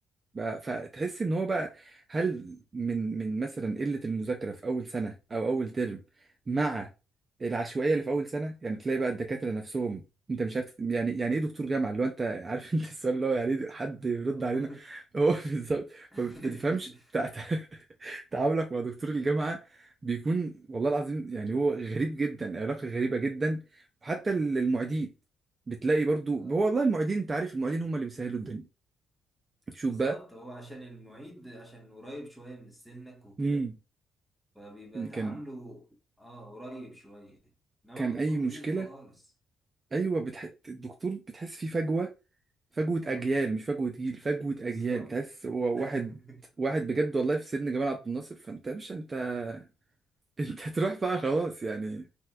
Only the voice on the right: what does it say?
بقى فتحس ان هو بقى هل من من مثلا قلة المذاكرة في اول سنة او اول ترم مع العشوائية اللي في اول سنة يعني تلاقي بقى الدكاترة نفسهم انت مش عارف يعني يعني ايه دكتور جامعة اللي هو انت <laughs> عارف انت السؤال اللي هو يعني
ايه حد يرد
علينا هو <laughs> بالظبط
فما بتفهمش تع- تع- تعاملك مع دكتور الجامعة بيكون والله العظيم يعني هو غريب جدا علاقة غريبة جدا وحتى ال- المعيدين بتلاقي برضو
هو والله المعيدين انت عارف المعيدين هم اللي بيسهلوا الدنيا شوف
بقى
يعني
كان
كان
اي مشكله
ايوه بتح... الدكتور بتحس فيه فجوه فجوه
اجيال مش فجوه جيل فجوه
اجيال تحس هو
واحد واحد بجد والله في سن جمال عبد الناصر فانت مش انت <laughs> انت هتروح بقى خلاص يعني